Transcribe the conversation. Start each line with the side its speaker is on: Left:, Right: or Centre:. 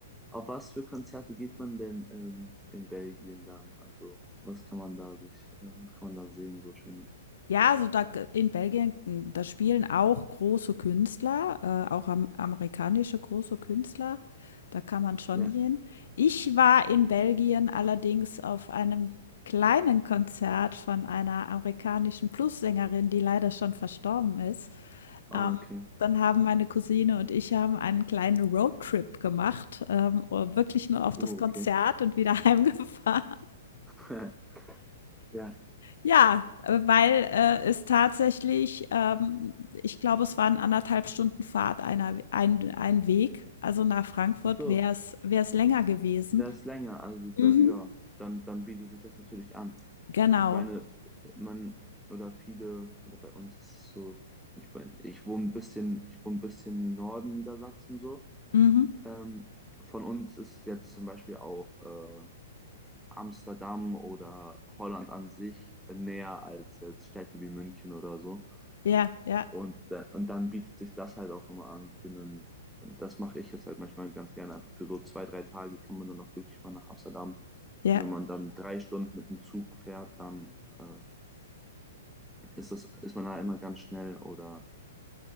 Centre: auf was für Konzerte geht man denn ähm, in Belgien dann? Also, was kann man da sich, äh, was kann man da sehen, so Schönes?
Left: Ja, also da g in Belgien, hm, da spielen auch große Künstler, äh, auch am amerikanische große Künstler. Da kann man schon
Centre: Ja,
Left: hin. Ich war in Belgien allerdings auf einem kleinen Konzert von einer amerikanischen Plus-Sängerin, die leider schon verstorben ist.
Centre: oh,
Left: Ähm,
Centre: okay.
Left: dann haben meine Cousine und ich haben einen kleinen Roadtrip gemacht, ähm, wirklich nur auf
Centre: Oh,
Left: das Konzert
Centre: okay.
Left: und wieder <laughs> heimgefahren.
Centre: <laughs> Ja,
Left: Ja, äh, weil äh, es tatsächlich, ähm, ich glaube, es waren anderthalb Stunden Fahrt einer, ein, ein Weg. Also nach Frankfurt
Centre: ach so,
Left: wäre es, wäre es länger gewesen.
Centre: wäre es länger, also dann,
Left: Mhm.
Centre: ja, dann, dann bietet sich das natürlich an.
Left: Genau.
Centre: Ich meine, man, oder viele, oder bei uns ist es so, ich, mein, ich wohne ein bisschen, ich wohne ein bisschen im Norden Niedersachsen so.
Left: Mhm.
Centre: Ähm, von uns ist jetzt zum Beispiel auch äh, Amsterdam oder Holland an sich näher als jetzt Städte wie München oder so.
Left: Ja, ja,
Centre: Und, da- und dann bietet sich das halt auch immer an für einen, das mache ich jetzt halt manchmal ganz gerne, einfach für so zwei, drei Tage kann man dann auch wirklich mal nach Amsterdam.
Left: ja.
Centre: Und wenn man dann drei Stunden mit dem Zug fährt, dann äh, ist das, ist man da immer ganz schnell oder